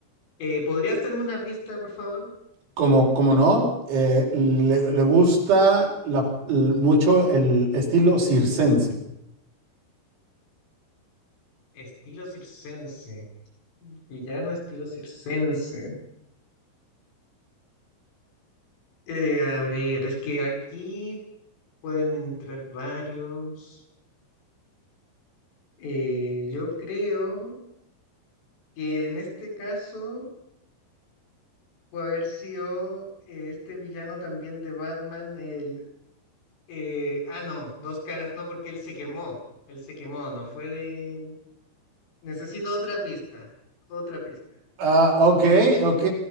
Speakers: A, on the left (about 75°); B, on the right (about 65°).
A: Eh, ¿podrías darme una pista, por favor?
B: Como, como no, eh, le, le gusta la- l- mucho el estilo circense.
A: Estilo circense. Villano estilo circense. Eh, a ver, es que aquí pueden entrar varios. Eh, yo creo que en este caso puede haber sido eh, este villano también de Batman, el... eh, ah, no, dos caras, no, porque él se quemó. Él se quemó, no fue de... Necesito otra pista, otra pista.
B: Ah, ok, ok.